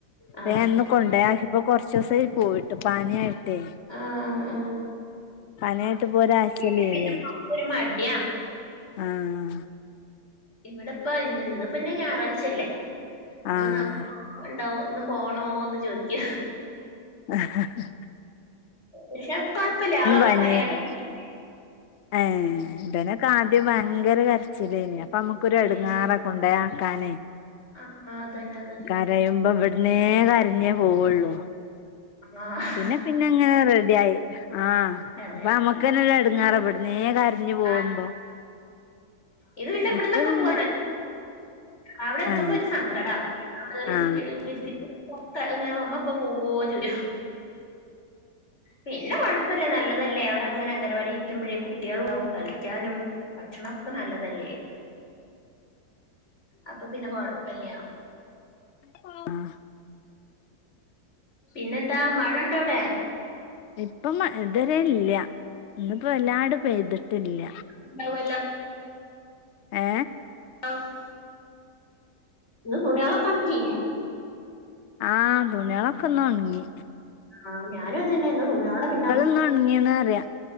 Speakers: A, on the left (about 45°); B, on the left (about 65°).
A: ആ
B: എ ഇന്ന് കൊണ്ടേയാക്കി പ്പോ കൊർച്ചീസയ് പോയിട്ട് പാനിയയിട്ടേ.
A: ആ ആ ആ
B: പനിയായിട്ട് പോ ഒരാഴ്ച
A: പിന്നെ
B: ലീവയ്നി
A: ഒരു മടിയാ
B: ആഹ്
A: ഇവടെപ്പ ന് ഇന്ന് പിന്നെ ഞായറാഴ്ചല്ലേ ഇന്ന്
B: ആഹ്
A: ഇപ്പോ നാ ഉണ്ടാവും ന്നും പോണോന്ന് ചോയ്ക്ക
B: അ ആഹ് ആഹ്
A: പക്ഷെ കൊഴ്‌പ്പല്ല ആളവടെ
B: പനിയേനി
A: കരയാണ്ട് ഒക്കെയിരിക്കും.
B: ഏ ഇവനെ ആദ്യം ഭയങ്കര കരച്ചില്ലേനി അപ്പൊ നമുക്കൊരു എടങ്ങേറാകൊണ്ടയാ
A: അയ്ശരി
B: ക്കാനേ
A: ആ അതന്നെ അതന്നെ
B: കരയുമ്പം ഇവട്ന്നേ കരഞ്ഞേ പോവുള്ളൂ
A: ആഹ്
B: പിന്നെ പിന്നെ ഇങ്ങനെ റെഡി ആയി ആഹ്
A: അതെ
B: അപ്പമ്മ ഇക്കനെല്ല എടങ്ങേറാ ഇവട്ന്നേ കരഞ്ഞു പോകുമ്പോ.
A: ആ ഇത് പിന്നെവ്ന്നൊക്കെ
B: ഇപ്പൊ പിന്നെ
A: പോവാന്നേ അവടെത്തുമ്പോ
B: ഏ
A: ഒരു സങ്കട <unintelligible> <unintelligible>
B: ആ
A: അമ്മ ഇപ്പ പോവോ ചോയ്ക്ക പിന്നെ കൊഴപ്പല്ല നല്ലതല്ലേ അവടെ ങ്ങനെ അംഗൻവാടി ഇരിക്കുമ്പഴേ കുട്ടിയാളുണ്ടാവും കളിക്കാനും. ഭക്ഷണൊക്കെ നല്ലതല്ലേ അപ്പൊ പിന്നെ കൊഴപ്പല്ല
B: <unintelligible>
A: പിന്നെന്താ മഴണ്ടോ അവ്ടെ
B: ഇപ്പം മഴ ഇതുവരെ ഇല്യ ഇന്നിപ്പോ എല്ലാടും പെയ്തിട്ടില്ല
A: ഉണ്ടാവല്ല
B: ഏ
A: <unintelligible> ഇന്ന് തുണിയാളൊക്കോഉണക്കി
B: ആഹ് തുണിയാളക്കൊ ഇന്ന് ഒണങ്ങി
A: ആഹ് ഞാനു അതന്നെ ന്ന് തുണിയാളെ പിന്ന
B: ഇന്നൊണങ്ങീ ന്നറിയ